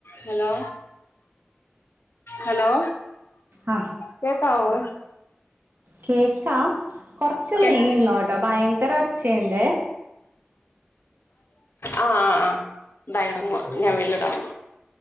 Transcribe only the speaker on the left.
Hello hello
കേക്കാവോ
കേക്ക
ആ ആ ആ ദാ ഇറങ്ങുവാ ഞാൻ വെളീലോട്ട് ഇറങ്ങുവ